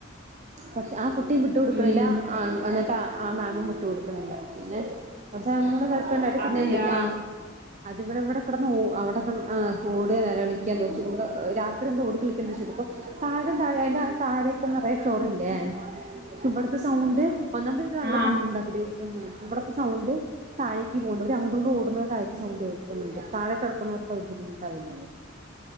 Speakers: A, on the right (about 35°); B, on the right (about 55°).
A: പക്ഷെ ആ കുട്ടിം വിട്ട്കൊടുക്ക്ണില്ല
B: ഉം
A: ആ എന്നിട്ട് ആ മാമും വിട്ട്കൊടുക്ക്ണില്ല പിന്നെ അസ ചെർക്കണ്ടായിട്ട് <unintelligible>
B: അതെയാ
A: പിന്നെ എന്തൊക്കെയാ അതിവിടെ ഇവിടെ കിടന്ന് ഒ അവിടെ കടന്ന് ഏ ഓടേ നിലവിളിക്കൊ എന്തേ ചെയ്ത് രാത്രി ഇതെന്താ ഓടിക്കളിക്കേ എന്തോ ചോയിതപ്പോ താഴെ താഴെ അതിന്റെ താഴെയൊക്കെ നിറയേ ഫ്ലോറില്ലേ ഇവിടത്തെ സൗണ്ട് ഒന്നാമതേ നല്ല
B: ആ
A: സൗണ്ട് ഉണ്ടാക്കല് ഏ ഇവിടത്തെ സൗണ്ട് താഴേക്ക് പോണ്ട് അവര് അങ്ങടുംഇങ്ങടും ഓടുന്നത് താഴേക്ക് സൗണ്ട് കേൾക്കുന്നുണ്ട് താഴെ കിടക്കുന്നവർക്ക് അത് ബുദ്ധിമുട്ടാവില്ലേ
B: <inaudible>